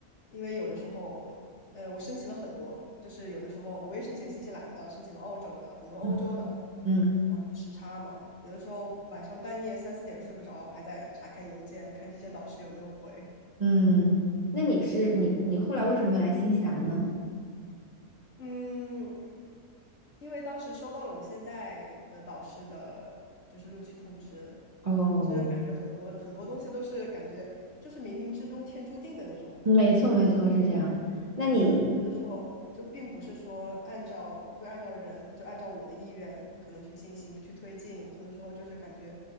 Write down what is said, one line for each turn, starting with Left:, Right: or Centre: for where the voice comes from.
Left: 因为有的时候，呃，我申请了很多，就是有的时候我也申请新西兰的，申请了澳洲的，很多欧洲的。
Right: 嗯嗯
Left: 然后时差嘛，有的时候晚上半夜三四点睡不着，还在查看邮件，看这些导师有没有回。
Right: 嗯，那你是你你后来为什么没来新西兰呢？
Left: 嗯，因为当时收到了我现在的导师的，就是录取通知，
Right: 哦，
Left: 所以我感觉很多很多东西都是感觉就是冥冥之中天注定的那种
Right: 没错没错，是这样。那你
Left: 对，有的时候就并不是说按照会按照人，就按照我的意愿可能去进行去推进，很多时候就是感觉